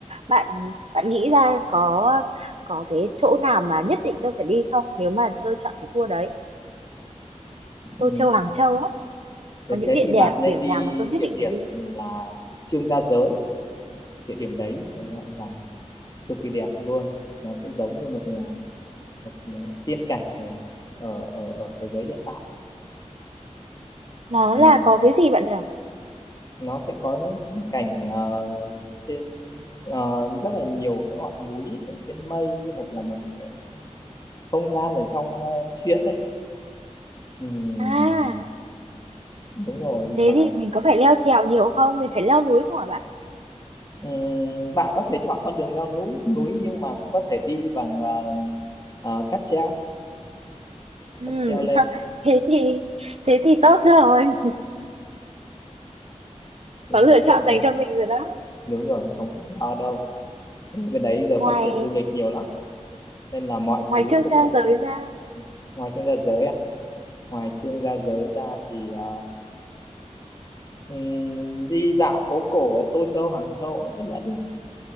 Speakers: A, on the right (about 55°); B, on the left (about 30°).
A: bạn bạn nghĩ ra có có cái chỗ nào mà nhất định tôi phải đi không? Nếu mà tôi chọn cái tour đấy, Tô
B: Ừ.
A: Châu Hàng Châu á,
B: Thế
A: có những
B: thế
A: địa
B: thì
A: điểm
B: bạn nên
A: điểm
B: đi
A: nào mà tôi nhất
B: địa
A: định
B: điểm
A: phải đi?
B: là Trương Gia Giới địa điểm đấy phải gọi là cực kỳ đẹp luôn nó sẽ giống như một là một tiên cảnh ở ở ở ở thế giới hiện tại
A: Nó
B: mình
A: là có cái gì bạn nhỉ?
B: nó sẽ có những cảnh ờ, trên ờ, rất là nhiều cái ngọn núi ở trên mây như một là một cái không gian ở trong ờ, truyện ấy Ừm,
A: À,
B: đúng rồi
A: thế
B: mà
A: thì mình có phải leo trèo nhiều không? Mình phải leo núi không hả bạn?
B: Ừm, bạn có thể chọn con đường leo núi núi nhưng mà cũng có thể đi bằng ờ, ờ, cáp treo
A: Ừ,
B: cáp treo
A: <laughs>
B: lên
A: thế thì thế thì tốt rồi.
B: Ừ,
A: có lựa
B: không
A: chọn dành
B: phải
A: cho mình rồi đó
B: đúng rồi không phải lo đâu Thực tế bên đấy giờ
A: ngoài
B: phát triển du lịch nhiều lắm nên là mọi
A: ngoài
B: thứ
A: trước
B: phục
A: cha
B: vụ
A: giới
B: cho mình
A: ra
B: Ừ. ngoài chương gia giới à ngoài chương gia giới ra thì à, ừm, đi dạo phố cổ ở Tô Châu Hàng Châu cũng rất là đẹp